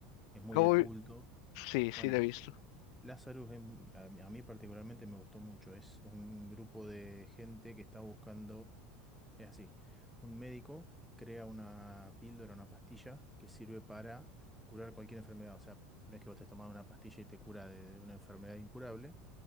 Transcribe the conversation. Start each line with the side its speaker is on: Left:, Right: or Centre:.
Centre: es muy
Left: Cowboy-
Centre: de culto.
Left: Sí, sí
Centre: Bueno,
Left: la he visto.
Centre: Lazarus es- a, a mí particularmente me gustó mucho. Es un grupo de gente que está buscando, es así, un médico crea una píldora, una pastilla que sirve para curar cualquier enfermedad. O sea, no es que vos te tomás una pastilla y te cura de una enfermedad incurable